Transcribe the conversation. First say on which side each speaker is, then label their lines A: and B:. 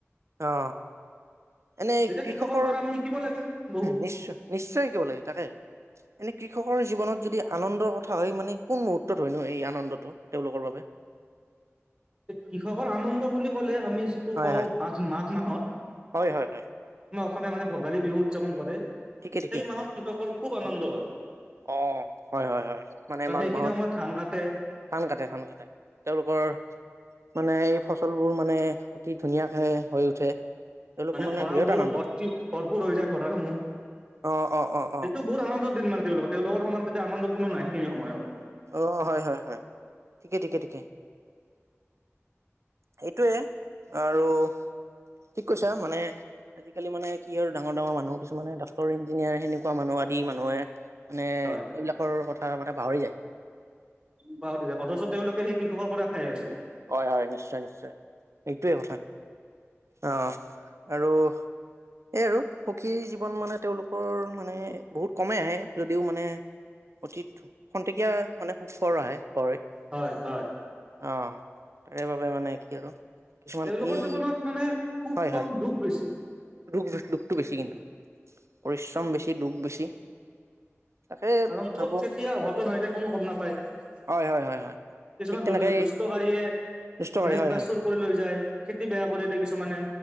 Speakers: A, on the right; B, on the right.
A: অ। এনে
B: তেতিয়া
A: কৃষকৰ,
B: পৰা আমি শিকিব লাগে বহুত
A: নিশ্চয় নিশ্চয় শিকিব লাগে তাকে। মানে কৃষকৰ জীৱনত যদি আনন্দৰ কথা হয় মানে কোন মুহূৰ্তত হয়নো এই আনন্দটো, তেওঁলোকৰ বাবে?
B: কৃষকৰ আনন্দ বুলি কলে আমি যিটো
A: হয়
B: কওঁ
A: হয়,
B: মাক মাত মাহত
A: হয়, হয়, হয়।
B: নে মানে ভোগালী বিহু উদযাপন কৰে।
A: ঠিকে ঠিকে।
B: সেই মাহত কৃষকৰ খুব আনন্দ হয়
A: আহ। হয় হয় হয়। মানে
B: কাৰণ
A: মাঘ
B: সেইখিনি
A: মাহত,
B: সময়ত ধান কাটে
A: ধান কাটে ধান কাটে। তেওঁলোকৰ মানে এই ফচলবোৰ মানে অতি ধুনীয়াকে হৈ উঠে। তেওঁলোকৰ
B: মানে ভঁৰাল
A: বিৰাট
B: বোৰ
A: আনন্দ।
B: ভৰ্তি, ভৰপূৰ হৈ যায় ভঁৰালসমূহ।
A: অ অ, অ
B: সেইটো
A: অ।
B: বহুত আনন্দৰ দিন মানে তেওঁলোকৰ। তেওঁলোকৰ সমান তেতিয়া আনন্দ কোনো নাই সেইখিনি সময়ত।
A: অ, হয় হয় হয়। ঠিকে ঠিকে ঠিকে। এইটোয়ে, আৰু ঠিক কৈছা মানে, আজিকালি মানে কি আৰু ডাঙৰ ডাঙৰ মানুহ কিছুমানে ডাক্টৰ, ইঞ্জিনিয়াৰ সেনেকুৱা মানুহ আদি মানুহে, মানে,
B: হয়
A: এইবিলাকৰ কথা থা মানে পাহৰি যায়।
B: <unintelligible> অথচ তেওঁলোকে সেই কৃষকৰ পৰা খাই আছে।
A: হয় হয়, নিশ্চয় নিশ্চয়। এইটোৱে কথা। অ, আৰু এই আৰু সুখী জীৱন মানে তেওঁলোকৰ মানে বহুত কমেই আহে। যদিও মানে অতীত খন্তেকীয়া মানে সুখৰ আহে। হয়।
B: হয় হয়।
A: অঁ। তাৰে বাবে মানে। কি আৰু? কিছুমান
B: তেওঁলোকৰ
A: এই
B: জীৱনত মানে, সুখ
A: হয় হয়
B: কম, দুখ বেছি। ছি।
A: দুখ, দুখটো বেছি কিন্তু। পৰিশ্ৰম বছি, দুখ বেছি। তাকে
B: কাৰণ ক'ত
A: ভাবো
B: কেতিয়া অঘটন হৈ যায় কোনো গম নাপায়। কিছুমান
A: হয় হয় হয় হয় ঠিক তেনেকে
B: দু
A: এই
B: দুষ্টকাৰিয়ে
A: দুষ্টকাৰী
B: অনেক
A: হয়
B: কিবা
A: হয়
B: চুৰ কৰি লৈ যায়। খেতি বেয়া কৰি দিয়ে কিছুমানে।